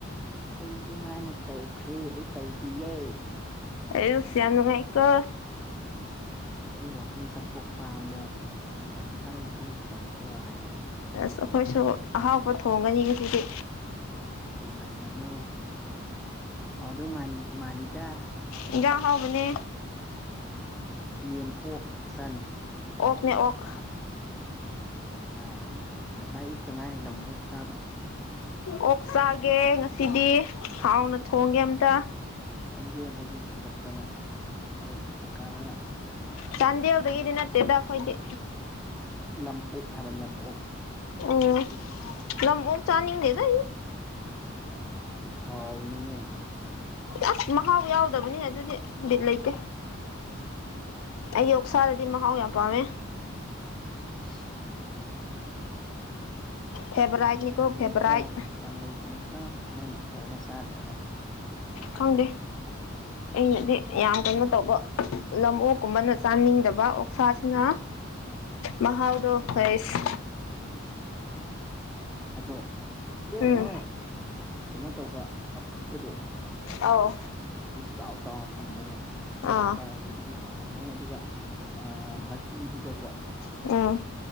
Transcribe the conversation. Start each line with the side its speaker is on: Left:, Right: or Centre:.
Centre: ꯑꯩꯩ ꯏꯃꯥꯅ ꯇꯧꯈ꯭꯭ꯔꯔꯤ ꯑꯩ ꯇꯧꯗꯤꯌꯦꯦ
Left: ꯑꯦꯁꯤꯅ ꯉꯥꯏꯀꯣ
Centre: ꯑꯁꯤꯗꯤ ꯑꯩ ꯋꯥꯛꯀꯤꯡ ꯆꯠꯊꯣꯛꯄ ꯑꯃꯨꯛ ꯑꯗꯨꯅ ꯅꯪ ꯉꯁꯤꯗꯤ ꯊꯣꯡꯈ꯭ꯔꯣ ꯍꯥꯏꯕ ꯑꯩꯅ
Left: ꯑꯁ ꯑꯩꯈꯣꯏꯁꯨ ꯑꯍꯥꯎꯕ ꯊꯣꯡꯒꯅꯤ ꯉꯁꯤꯗꯤ
Centre: ꯀꯩ ꯃꯊꯤꯅꯨ ꯍꯥꯎꯗ ꯃꯥ ꯃꯥꯂꯤꯗ
Left: ꯌꯦꯟꯖꯥꯡ ꯍꯥꯎꯕꯅꯦ
Centre: ꯌꯦꯟ ꯑꯣꯛ ꯁꯟ
Left: ꯑꯣꯛꯅꯦ ꯑꯣꯛ
Centre: ꯥꯏꯃ ꯉꯁꯥꯏ ꯑꯌꯨꯛꯇ ꯉꯥꯏꯔꯤ ꯂꯝ ꯃꯨꯛ ꯁꯥꯥꯕ
Left: ꯑꯣꯛ ꯆꯥꯒꯦ ꯉꯁꯤꯗꯤ ꯍꯥꯎꯅ ꯊꯣꯡꯒꯦ ꯑꯃꯝꯇ
Centre: ꯆꯥꯟꯗꯦꯜꯗꯒꯤ ꯄꯨꯔꯛꯇꯅ ꯑꯩꯈꯣꯏ ꯀꯀꯥꯅ
Left: ꯆꯥꯟꯗꯦꯜꯗꯒꯤꯗꯤ ꯅꯠꯇꯦꯗ ꯑꯩꯈꯣꯏꯗꯤ
Centre: ꯂꯝ ꯑꯣꯣꯛ ꯍꯥꯏꯕ ꯂꯝ ꯑꯣꯣꯛꯣꯛ
Left: ꯎ ꯂ ꯆꯥꯅꯤꯡꯅꯤꯔ
Centre: ꯁꯕꯅꯤꯅꯦ
Left: ꯑꯁ ꯃꯍꯥꯎ ꯌꯥꯎꯗꯕꯅꯤꯅ ꯑꯗꯨꯗꯤꯗꯤꯠ ꯂꯩꯇꯦ ꯑꯩ ꯑꯣꯛꯁꯥꯗꯗꯤ ꯃꯍꯥꯎ ꯌꯥꯝ ꯄꯥꯝꯃꯦ
Centre: ꯎ
Left: ꯐꯦꯚꯣꯔꯥꯏꯠꯅꯤꯀꯣ
Centre: ꯌꯥꯝ
Left: ꯐꯦꯚꯣꯔꯥꯏꯠ
Centre: ꯂꯩꯀꯣ ꯌꯥꯝ ꯂꯩꯕꯅꯤꯀꯣ ꯅꯪꯅ ꯐꯖꯅ ꯆꯥꯗ꯭ꯔꯒ
Left: ꯈꯪꯗꯦ ꯑꯩꯅꯗꯤ ꯌꯥꯝ ꯀꯩꯅꯣ ꯇꯧꯕ ꯂꯝ ꯑꯣꯣꯛꯀꯨꯝꯕꯅ ꯆꯥꯅꯤꯡꯗꯕ ꯑꯣꯛꯁꯥꯁꯤꯅ ꯃꯍꯍꯥꯎꯗ ꯑꯁ
Centre: ꯑꯗꯣ ꯑꯗꯣ
Left: ꯎꯝ
Centre: ꯅꯣꯏ ꯀꯩꯅꯣ ꯇꯧꯕ ꯑꯐꯨꯠꯄꯗꯣ
Left: ꯑꯥꯎ
Centre: ꯄꯤꯁ ꯆꯥꯎ ꯆꯥꯎꯅ ꯊꯝꯕꯗꯣ ꯐꯨꯠꯂꯒ
Left: ꯑꯥ
Centre: ꯆꯥꯕꯗꯣ ꯑꯗꯨꯗꯤ ꯀꯅꯦ ꯑꯗꯨꯒ ꯑ ꯃꯍꯤꯗꯨꯗꯀꯣ
Left: ꯑ